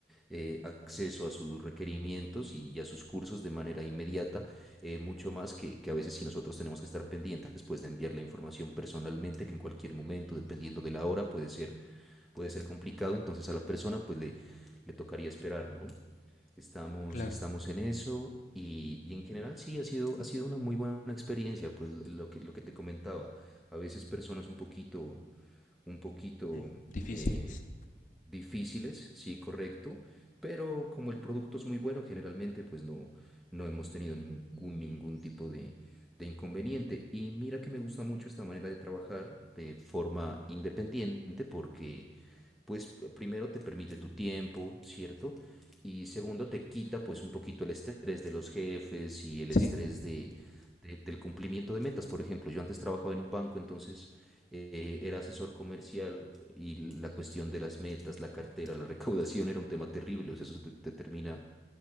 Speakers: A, in the centre; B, on the left.
A: eh, acceso a sus requerimientos y, y, a sus cursos de manera inmediata, eh, mucho más que, que, a veces si nosotros tenemos que estar pendientes pues de enviar la información personalmente, que en cualquier momento, dependiendo de la hora, puede ser, puede ser complicado, entonces a la persona pues le, le tocaría esperar, ¿no? Estamos,
B: claro.
A: estamos en eso y, y en general sí, ha sido, ha sido una muy buena experiencia, pues lo que, lo que te comentaba. A veces personas un poquito, un poquito
B: Ujú, Difíciles.
A: eh, difíciles, sí, correcto, pero como el producto es muy bueno, generalmente pues no, no hemos tenido ningún, ningún tipo de, de inconveniente. Y mira que me gusta mucho esta manera de trabajar de forma independiente porque pues primero te permite tu tiempo, ¿cierto? Y segundo te quita pues un poquito el estrés de los jefes y el
B: Sí.
A: estrés de, de- del cumplimiento de metas. Por ejemplo, yo antes trabajaba en un banco, entonces eh, era asesor comercial y la cuestión de las metas, la cartera, la recaudación era un tema terrible, o sea, eso te, te termina